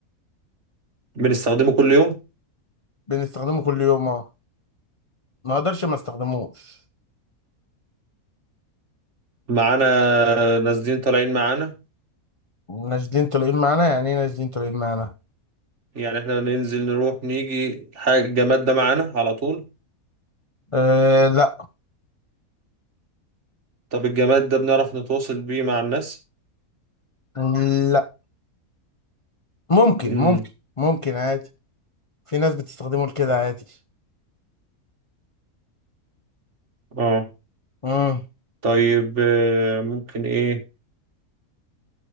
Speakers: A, on the right; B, on the left.
A: بنستخدمه كل يوم
B: بنستخدمه كل يوم اه ما اقدرش ما استخدموش
A: معانا نازلين طالعين معانا
B: نازلين طالعين معانا يعني ايه نازلين طالعين معانا
A: يعني احنا ننزل نروح نيجي حاجة الجماد ده معانا على طول
B: أه لا
A: طب الجماد ده بنعرف نتواصل بيه مع الناس
B: لا ممكن
A: امم
B: ممكن ممكن عادي في ناس بتستخدمه لكده عادي
A: اه
B: امم
A: طيب آه... ممكن ايه